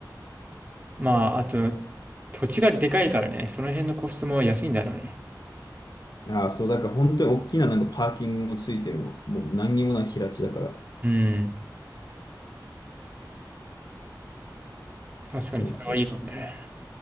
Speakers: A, on the right; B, on the left.
A: まあ、あと、土地がでかいからね、その辺のコストも安いんだろうね。
B: ああ、そう、だから本当に大きななんかパーキングもついてるの。もう何にもない平地だから。
A: うん、確かにそれはいいかもね。
B: そうそう。